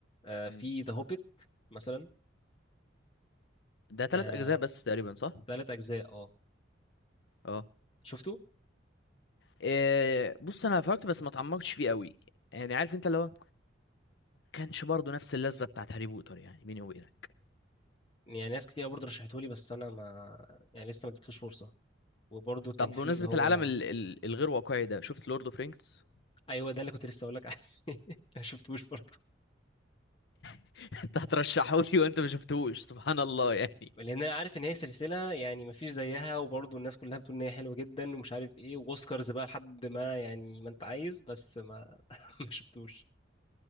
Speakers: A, on the left; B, on the left.
A: آه
B: مم.
A: في ذا هوبيت مثلا
B: ده ثلاث
A: آه
B: اجزاء بس تقريبا صح
A: ثلاث اجزاء اه
B: اه
A: شفته
B: إيه بص انا فرجت بس ما اتعمقتش فيه قوي يعني عارف انت اللي هو كانش برضه نفس اللذة بتاعت هاري بوتر يعني بيني وبينك
A: يعني ناس كتير برضه رشحته لي بس انا ما يعني لسه ما اديتلوش فرصه وبرضه كان
B: طب
A: في
B: بمناسبة
A: اللي هو
B: العالم ال ال الغير واقعي ده شفت لورد اوف رينجز
A: ايوه ده اللي كنت لسه اقول لك <laughs> عليه ما شفتوش برضه
B: <laughs> انت هترشحه لي <laughs> وانت ما شفتهوش سبحان الله يعني
A: لان انا عارف ان هي سلسله يعني مفيش زيها وبرضه الناس كلها بتقول ان هي حلوه جدا ومش عارف ايه واوسكارز بقى لحد ما يعني ما انت عايز بس ما <laughs> ما شفتوش